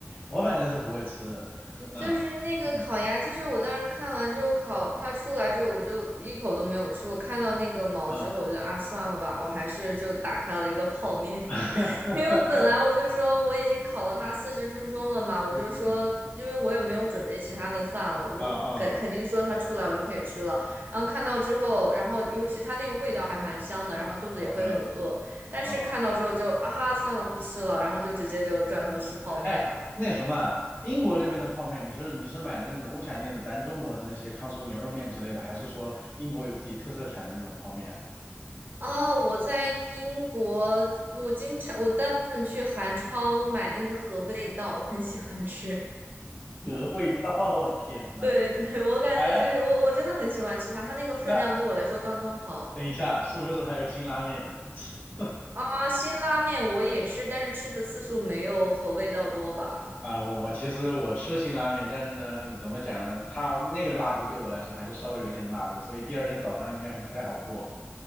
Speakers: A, on the left; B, on the right.
A: 我反正是不会吃的，嗯嗯
B: 就是那个烤鸭，就是我当时看完之后烤，它出来之后我就一口都没有吃。我看到那个毛之后，
A: 嗯
B: 我就啊算了吧，我还是就打开了一个泡面，
A: <laughs>
B: <laughs> 因为我本来我就说我已经烤了它四十分钟了嘛，我就说因为我也没有准备其他的饭了，
A: 嗯嗯
B: 我就肯肯定说它出来我就可以吃了。
A: 嗯嗯
B: 然后看到之后，然后尤其它那个味道还蛮香的，然后肚子也会很饿，
A: ，OK
B: 但是看到之后就啊算了不吃了，
A: 啊，
B: 然后就直接就转头吃泡面了。
A: 哎，那什么，英国那边的泡面，你是你是买的那种物产店的，咱中国的那些康师傅牛肉面之类的，还是说英国有自己特色产的那种泡面啊？
B: 啊，我在英国，我经常我大部分去韩超买那个和味道，我很喜欢吃。
A: <laughs> 鹅味道，我天呐！
B: 对对，我感觉就是我我真的很喜欢吃它，
A: 哎，
B: 它那个分量对我来说刚刚好。
A: 那等一下，是不是还有辛拉面？<tsk>
B: 啊，辛拉面我也吃，但是吃的次数没有和味道多吧。
A: 啊，我我其实我吃辛拉面，但是呢，怎么讲呢？它那个辣度对我来说还是稍微有点辣的，所以第二天早上应该不太好过。